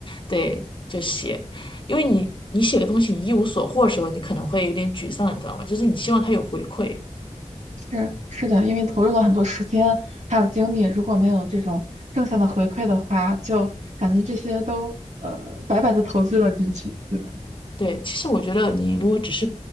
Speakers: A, on the left (about 40°); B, on the right (about 70°).
A: 对，就写。因为你你写个东西你一无所获的时候，你可能会有点沮丧，你知道吗？就是你希望它有回馈，
B: 是是的，因为投入了很多时间还有精力，如果没有这种正向的回馈的话，就感觉这些都呃白白的投资了进去，对吧？
A: 对，其实我觉得你如果只是